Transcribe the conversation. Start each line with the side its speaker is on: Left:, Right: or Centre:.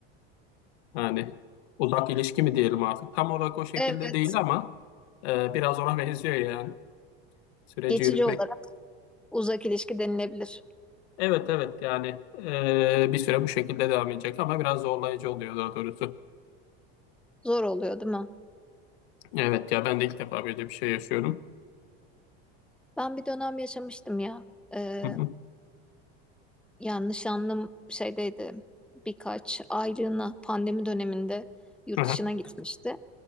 Left: Yani uzak ilişki mi diyelim artık? Tam olarak o şekilde
Centre: Evet,
Left: değil ama e, biraz ona benziyor yani süreci
Centre: Geçici
Left: yürütmek.
Centre: olarak uzak ilişki denilebilir.
Left: Evet evet yani eee, bir süre bu şekilde devam edecek ama biraz zorlayıcı oluyor daha doğrusu.
Centre: Zor oluyor, değil mi?
Left: Evet ya ben de ilk defa böyle bir şey yaşıyorum.
Centre: Ben bir dönem yaşamıştım ya. Ee,
Left: Hı hı.
Centre: yani nişanlım şeydeydi. Birkaç aylığına pandemi döneminde yurt
Left: Aha,
Centre: dışına gitmişti.